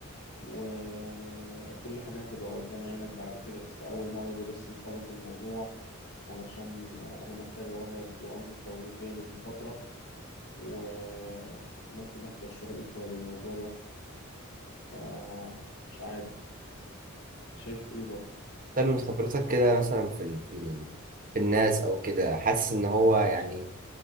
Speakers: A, on the left; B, on the right.
A: وكل حاجة هتبقى قدام عينك بعد كده بس أول مرة دي بس نخلص الموضوع علشان أنا محتاج أورد وأمر التوريد جاي لي من فترة وممكن أخسر شغلي بسبب الموضوع ده فمش عارف شايف إيه برضه
B: طب من خبرتك كده مثلا في ال... في, ال... في الناس أو كده حاسس إن هو يعني